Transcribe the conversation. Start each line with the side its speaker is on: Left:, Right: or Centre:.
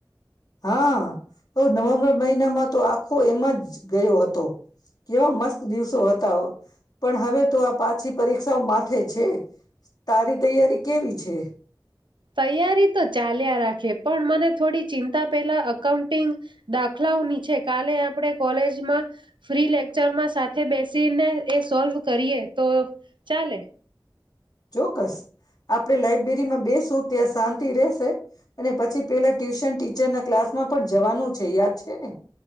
Left: હા ઓ નવેમ્બર મહિનામાં તો આખો એમ જ ગયો હતો કેવા મસ્ત દિવસો હતા પણ હવે તો આ પાછી પરીક્ષાઓ માથે છે તારી તૈયારી કેવી છે.
Right: તૈયારી તો ચાલ્યા રાખે પણ મને થોડી ચિંતા પેલા અકાઉન્ટિંગ દાખલાઓની છે કાલે આપણે કોલેજમાં ફ્રી લેક્ચરમાં સાથે બેસીને એ સોલ્વ કરીએ તો ચાલે.
Left: ચોક્કસ આપ આપણે લાઈબ્રેરીમાં બે સું ત્યાં શાંતિ રહેશે. અને પછી પેલા ટ્યુશન ટીચરના ક્લાસ માં પણ જવાનું છે યાદ છે ને.